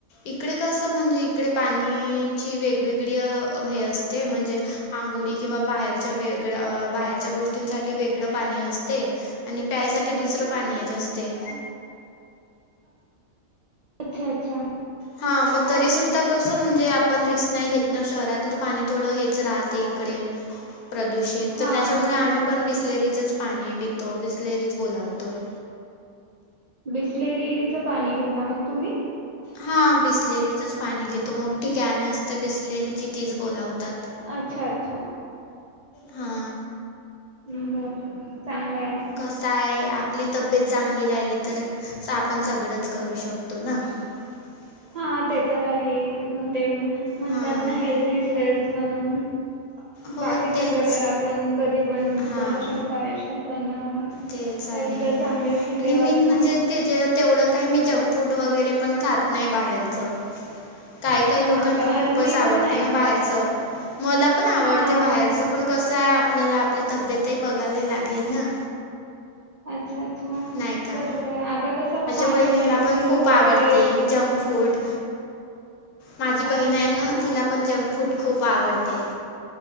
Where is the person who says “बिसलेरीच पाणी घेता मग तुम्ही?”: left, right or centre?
Right